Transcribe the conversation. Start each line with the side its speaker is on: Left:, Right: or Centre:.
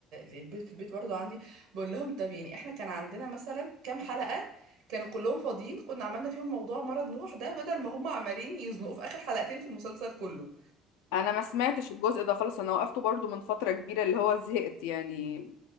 Right: للبيت في البيت برضو عندي بقول لهم طب يعني احنا كان عندنا مثلا كام حلقه كانوا كلهم فاضيين كنا عملنا فيهم موضوع مرض نوح ده بدل ما هم عمالين يزنقوه في اخر حلقتين في المسلسل كله
Left: أنا ما سمعتش الجزء ده خالص أنا وقفته برضو من فترة كبيرة اللي هو زهقت يعني